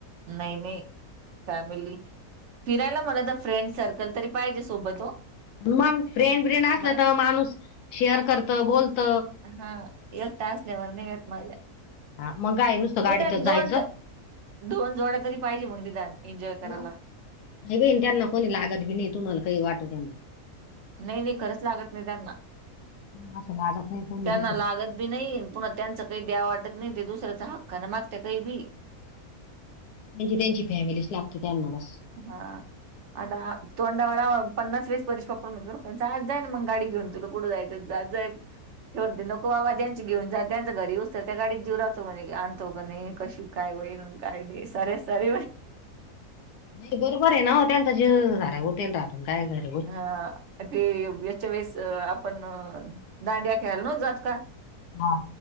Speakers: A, on the right; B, on the left.
A: नाही नाही फॅमिली फिरायला म्हणा तर फ्रेंड सर्कल तरी पाहिजे सोबत हो
B: मग फ्रेंड फ्रेंड असलं
A: मा-
B: तर माणूस शेअर करत बोलत
A: हा एकट असल्यावर नाही येत मजा
B: हा मगय आहे नुसतं गाडी
A: निदान
B: तर
A: दोन
B: जायचं
A: त- दोन जोड्या तरी पाहिजे मग निदान एन्जॉय करायला
B: नाही बहीण त्यांना कोणी लागत बी नाही तुम्हाला काही वाटव त्या मग
A: नाही नाही खरंच लागत नाही त्यांना
B: त्यांना असं लागत नाही कोणी
A: त्यांना
B: दुसरं
A: लागत बी नाही पुन्हा त्यांच काही द्या वाटत नाही ते दुसऱ्याचा हक्काने मागत काही बी
B: त्यांची त्यांची फॅमिलीच लागते त्यांना बस
A: हा आता तोंडावरला पन्नास वीस वर्षप म्हणजज जा ना म गडी घेऊन तुथं पुढं जाचं दाहेब हे म्हणते नको बाबा ज्यांचे घेऊन जा त्यांच्या घरी उचतर त्या गाडीत जीव राहतो म्हणे आणतो पण कशी काय वई कायडी सर सरी म
B: नाही बरोबर आहे ना त्यांच झाऱ्या होट राहत काय कर.
A: हा ते याच्या वेळेस आपण दांडिया खेळायला न्हव जात का?
B: हा.